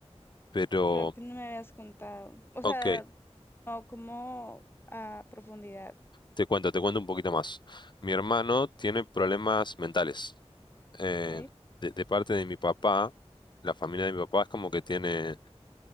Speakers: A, on the left; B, on the left.
A: pero
B: Creo que no me habías contado. O sea,
A: ok,
B: no como a profundidad.
A: te cuento, te cuento un poquito más. Mi hermano tiene problemas mentales. Eh,
B: Ok,
A: de, de parte de mi papá, la familia de mi papá es como que tiene,